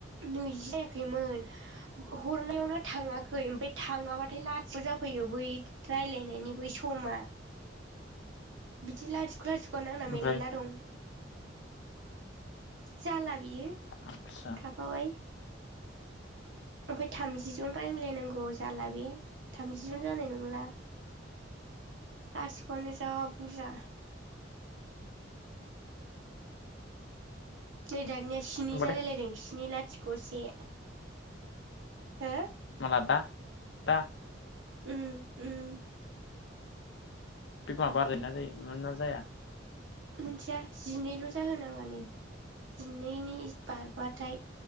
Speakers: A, on the right (about 80°); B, on the left (about 65°).
A: नैजि जायाखैमोन। बक हरनायावनो थाङाखै ओमफाय थाङाबाथाय लात जाफैयो बैद रायलायनायनि बै समा बिदि लाथिख क्लास कना आंना
B: ओमफ्राय
A: मेल्ला दं। जालाब बियो
B: आदसा
A: थाफाबाय। ओमफाय थामजि जन रायलायनांगौ जाला बे थामजि जन जानाय नंला लाथिख'आनो जा बुरजा। नै दानिया सिनि
B: होनबाथाय
A: जालायलायदों। स्नि लाथिख' से
B: <inaudible>
A: हो
B: माला दा दा
A: उम उम
B: बिफाङा बार्राय ना जायो ना जाया
A: मिथिया जिनैल' जाहोनाङानो जिनैनि बारबाथाय